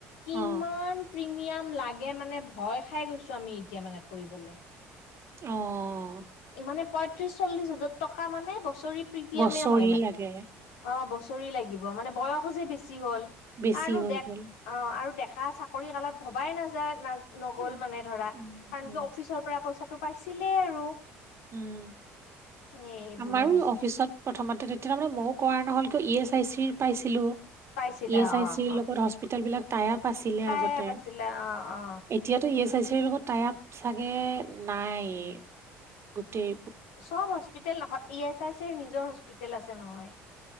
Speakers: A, on the left (about 75°); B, on the right (about 40°).
A: কিমান
B: অ
A: প্ৰিমিয়াম লাগে মানে, ভয় খাই গৈছো আমি এতিয়া মানে কৰিবলে।
B: অ'
A: মানে পঁয়ত্ৰিশ চল্লিশ হাজাৰ টকা মানে বছৰি প্ৰিমিয়ামে
B: বছৰি
A: হয় মানে,
B: লাগে
A: অ বছৰি লাগিব। মানে বয়সো যে বেছি হ'ল,
B: বেছি
A: আৰু
B: হৈ
A: দেখ
B: গ'ল
A: অ আৰু ডেকা চাকৰি কালত ভবাই নাযায় ন নগ'ল
B: উম
A: মানে ধৰা, কাৰণ
B: উম
A: কি অফিচ পৰা পইচাটো পাইছিলে আৰু।
B: উম।
A: এ এইবোৰে
B: আমাৰো
A: হৈছে
B: অফিচত প্ৰথমতে তেতিয়া তাৰ মানে মইয়ো কৰা নহ'ল কিয়, ই এছ আই চি পাইছিলো।
A: পাইছিলা
B: ই এছ
A: অ
B: আই চিৰ ৰ
A: অ
B: লগত হস্পিতেল বিলাক টাইআপ আছিলে
A: পায়ে
B: আগতে।
A: পাইছিলা অ অ
B: এতিয়াতো ই এছ আই চিৰ ৰ লগত টাইআপ চাগে নাই। গোটেই
A: চব হস্পিতেল নহয়, ই এছ আই চিৰ নিজৰ হস্পিতেল আছে নহয়।